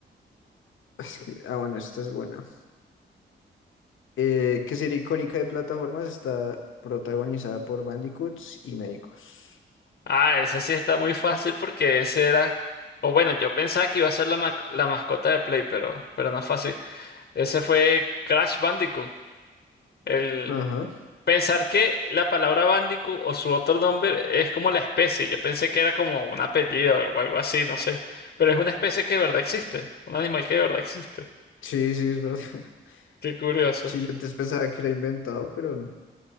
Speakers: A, on the left (about 80°); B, on the left (about 55°).
A: <laughs> es que- Ah, bueno, esta es buena. Eh, ¿qué serie icónica de plataformas está protagonizada por Bandicoots y médicos?
B: Ah, ese sí está muy fácil porque ese era, o bueno, yo pensaba que iba a ser la, ma- la mascota de Play, pero, pero no fue así. Ese fue Crash Bandicoot. el
A: Ajá.
B: Pensar que la palabra Bandicoot o su otro nombre es como la especie. Yo pensé que era como un apellido o algo así, no sé. Pero es una especie que de verdad existe. Un animal que de verdad existe.
A: Sí, sí, es verdad. <laughs>
B: Qué curioso.
A: Sí, yo antes pensaba que era inventado, pero no.